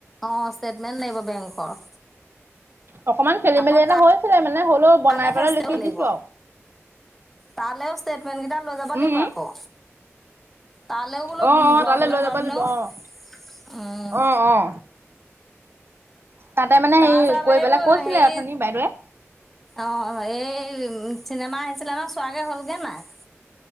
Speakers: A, in the centre; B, on the right.
A: অ ষ্টেটমেণ্ট লাগিব বেংকৰ।
B: অকণমান খেলি
A: আকৌ
B: মেলি এটা
A: তাৰ
B: হৈছিলে মানে হ'লেও বনাই
A: তালৈ
B: পেলাই
A: ফেচ
B: লিখি
A: কৰিবি লাগিব
B: দিছো আৰু
A: তালৈও ষ্টেটমেণ্ট কেইটা লৈ যাব
B: উম,
A: লাগিব
B: উম।
A: আকৌ তালৈও বোলো
B: অ', অ'
A: ব্লকলৈ
B: তালৈ লৈ
A: যাওঁ
B: যাব লাগিব
A: ওম।
B: অ', অ', অ' তাতে মানে
A: তাৰচাৰ
B: হেৰি কৰি
A: এইবোৰ
B: পেলাই কৈছিলে
A: হেই
B: অথনি বাইদেৱে
A: অ এই উ চিনেমা আহিছিলে ন চোৱাগে হ'লগে নাই।